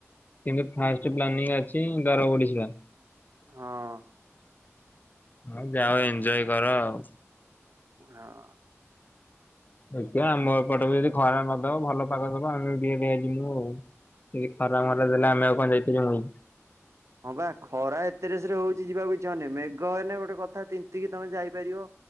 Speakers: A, on the left; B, on the right.
A: କିନ୍ତୁ ଫାଷ୍ଟ ପ୍ଲାନିଂ ଅଛି ଦର ବୁଢୀ ଶିଳା।
B: ହଁ
A: ହଁ ଯାଅ ଏନଜୟ କର ଆଉ।
B: ହଁ
A: ଦେଖିଆ ଆମ ଘର ପଟେ ବି ଯଦି ଖରା ନଦବ ଭଲ ପାଗ ଦବ ଆମେ ବି ଦେଖିଆ ଯିମୁ ଆଉ। ଟିକେ ଖରା ମରା ଦେଲେ ଆମେ ଆଉ କଣ ଯାଇ ପାରିମୁକି।
B: ହଁ ବା ଖରା ଏତେରେସରେ ହଉଛି ଯିବାକୁ ଇଛା ହୋଉନି ମେଘ ହେନେ ଗୋଟେ କଥା ତିନ୍ତିକି ତମେ ଯାଇପାରିବ।